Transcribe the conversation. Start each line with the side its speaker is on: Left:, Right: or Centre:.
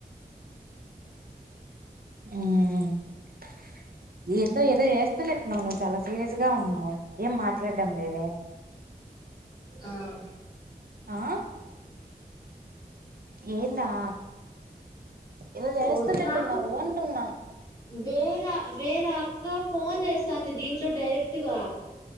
Right: ఉమ్ <unintelligible> <unintelligible> నువ్వు చాలా సీరియస్ గా ఉన్నావు ఏం మాట్లాడడం లేదే
Left: ఆ
Right: ఆ ఏంది ఆ ఏదో చేస్తునాటు
Left: ఓ నాకు
Right: ఉన్నావు అంటూనా
Left: వేరే వేర అక్క ఫోన్ చేస్ వస్తుంది దీంట్లో డైరెక్ట్గా